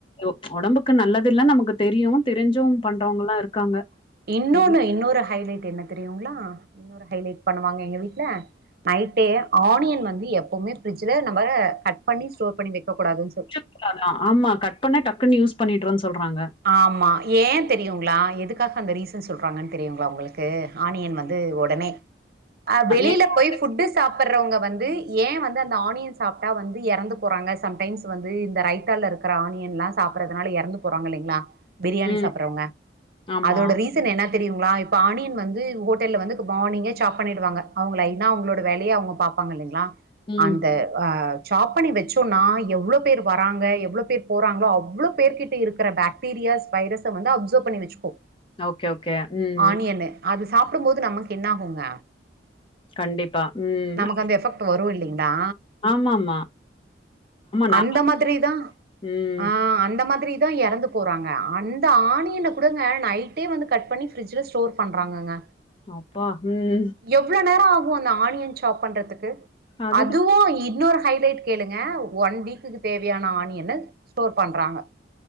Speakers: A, on the left; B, on the right.
A: ஒ ஒடம்புக்கு நல்லது இல்ல நமக்கு தெரியு தெரிஞ்சு பண்றவங்கள்லு இருக்காங்க
B: இன்னொன்னு
A: தெரி
B: இன்னொரு ஹைலைட் என்ன தெரியுங்ளா இன்னொரு ஹைலைட் பண்ணுவாங்க எங்க வீட்ல நைட்டே ஆனியன் வந்து எப்பவுமே ஃப்ரிட்ஜ்ல நம்ப கட் பண்ணி ஸ்டோர் பண்ணி வைக்க கூடாதுன்னு சொல்
A: இல்ல அதா ஆமா கட் பண்ணா டக்குன்னு யூஸ் பண்ணிட்டுருன்னு சொல்றாங்க
B: ஆமா ஏ தெரியுங்ளா எதுக்காக அந்த ரீசன் சொல்றாங்கன்னு தெரியுங்ளா உங்களுக் கு ஆனியன் வந்து ஒடனே ஆ வெளியில
A: ஏன்னா
B: போய்
A: அது
B: ஃபுட்டு சாப்பர்றவுங்க வந்து ஏ வந்து அந்த ஆனியன் சாப்ட்டா வந்து எறந்து போறாங்க சம் டைம்ஸ் வந்து இந்த ரைத்தாலருக் ற ஆனியன்லா சாப்பறதுனால இறந்து போறாங்க இல்லைங்களா பிரியாணி
A: ம்
B: சாப்பறவங்க
A: ஆமா
B: அதோட ரீ சன் என்ன தெரியுங்களா இப்ப ஆனியன் வந்து ஹோட்டல்ல வந்து மார்னிங்கே சாப் பண்ணிடுவாங்க அவங்க லைன்னா அவங்களோட வேலையை அவங்க பார்ப்பாங்க இல்லைங்களா
A: ம்
B: அந்த அ சாப் பண்ணி வச்சோம்ன்னா எவ்ளோ பேர் வராங்க எவ்ளோ பேர் போறாங்களோ அவ்ளோ பேர்கிட் ட இருக்கிற பாக்டீரியாஸ் வைரஸ்ஸ வந்து அப்சர்வ் பண்ணி வச்சுக்கும்
A: ஓகே ஓகே ம்
B: ஆனியனு.
A: ம்
B: அது சாப்பிடும் போது நமக்கு என்ன ஆகுங்க
A: கண்டிப்பா ம்
B: நமக்கு அந்த எஃபெக்ட் வரும் இல்லைங்களா?
A: ஆமா ஆமா நா
B: அந்த மாதிரி தான்
A: ம்
B: ஆ அந்த மாதிரி அதான் இறந்து போறாங்க அந்த ஆணியன கூடங்க நைட்டே வந்து கட் பண்ணி பிரிட்ஜ்ல ஸ்டோர் பண்றாங்கங்க
A: அப்பா ம்
B: எவ்ளோ நேரம் ஆகும் அந்த ஆனியன் சாப் பண்றதுக்கு
A: அதுதா
B: அதுவும் இன்னொரு ஹைலைட் கேளுங்க ஒன் வீக்குக்கு தேவையான ஆணியன ஸ்டோர் பண்றாங்க